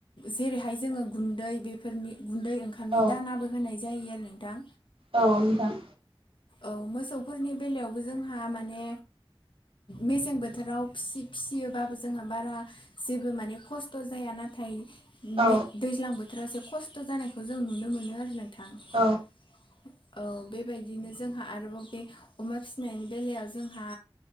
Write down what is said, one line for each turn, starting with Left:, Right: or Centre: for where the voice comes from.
Left: जेरै नाथाय जोङो गुन्दै बेफोरनि गुन्दै ओंखामनि
Right: औ
Left: दानाबो होनाय जायो आरो नोंथां
Right: औ नोंथां।
Left: औ मोसौफोरनि बेलायावबो जोंहा माने मेसें बोथोराव फिसियोबाबो जोंहा बारा जेबो माने खस्थ' जाया नाथाय नाथाय
Right: औ
Left: दैज्लां बोथोराव जे खस्थ' जानायखौ जों नुनो मोनो आरो नोंथां
Right: औ
Left: औ बेबायदिनो जोंहा आरोबाव बे अमा फिसिनायनि बेलायाव जोंहा